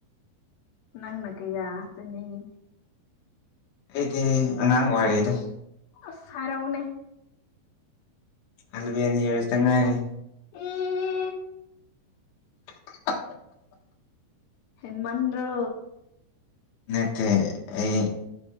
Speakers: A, on the left; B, on the left.
A: ꯅꯪꯅ ꯀꯌꯥ ꯑꯗꯨꯅꯤ
B: ꯑꯩꯗꯤ ꯑꯉꯥꯡ ꯑꯣꯏꯔꯤꯗ
A: ꯑꯁ ꯍꯥꯏꯔꯛꯎꯅꯦ
B: ꯑꯦꯂꯕꯦꯜ ꯌꯁ ꯇꯥ ꯉꯥꯏꯔꯦ
A: ꯑꯦ
B: <unintelligible>
A: ꯍꯦꯟꯃꯟꯗ꯭ꯔꯣ
B: ꯅꯠꯇꯦ ꯑꯩ